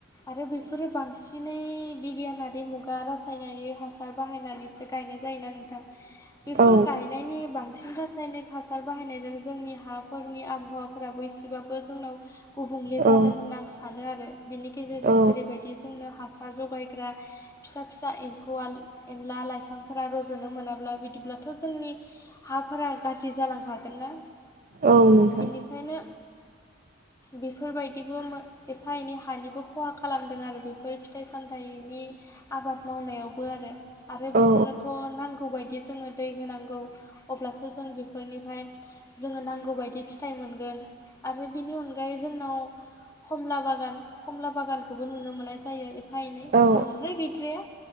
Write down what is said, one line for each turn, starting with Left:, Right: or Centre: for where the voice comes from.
Left: आरो बेफोरो बांसिन दिनै बिगियानारि मुगा रासायनारि हासार बाहायनानैसो गायनाय जायोना नोंथां। बेफोर
Right: औ
Left: गायनायनि बांसिनथास रासायनिक हासार बाहायनायजों जोंनि हाफोरनि आबहावाफोरा बै एसेबाबो जोंनाव गुबुंले
Right: औ
Left: जादों होनना आं सानो आरो बिनि गेजेरजों
Right: औ
Left: जेरैबायदि जोंनो हासार जगायग्रा फिसा फिसा एम्फौआ एनला लाइफांफोरा रज'नो मोनाब्ला बिदिब्लाथ' जोंनि हाफोरा गाज्रि जालांखागोन ना।
Right: औ नोंथां
Left: बिनिखायनो बेफोरबायदिबो एफा एनै हानिबो खहा खालामदों आरो बेफोर फिथाइ सामथाइनि आबाद मावनायावबो आरो आरो
Right: औ
Left: बिसोरनोथ' नांगौबायदि जोङो दै होनांगौ। अब्लासो जों बेफोरनिफ्राय जोङो नांगौ बायदि फिथाइ मोनगोन आरो बिनि अनगायै जोंनाव खमला बागान खमला बागानखौबो नुनो मोननाय जायो एफा एनै
Right: औ
Left: बांद्राय गै गद्राया